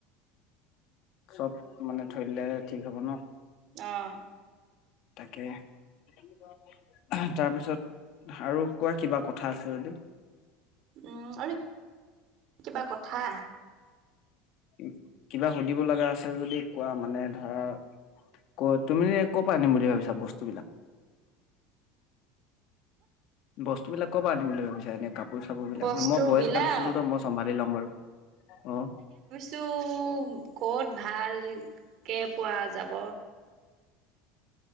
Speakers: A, on the left (about 55°); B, on the right (about 50°).
A: চব মানে থৈ দিলে ঠিক হব ন।
B: অঁ।
A: তাকে আহ তাৰপিছত আৰু কোৱা কিবা কথা আছে যদি?
B: উম আৰু কিবা কথা
A: উ কিবা সুধিব লগা আছে যদি কোৱা মানে ধৰ ক তুমি ক'ৰ পৰা আনিম বুলি ভাবিছা বস্তুবিলাক? বস্তুবিলাক কৰ পৰা আনিম বুলি ভাবিছা এনে কাপ কপোৰ - চাপোৰবিলাক,
B: বস্তু
A: মই বয়জ
B: বিলাক
A: কালেকচনতো ত মই চম্ভালি ল'ম বাৰু অ।
B: টো ক'ত ভালকে পোৱা যাব?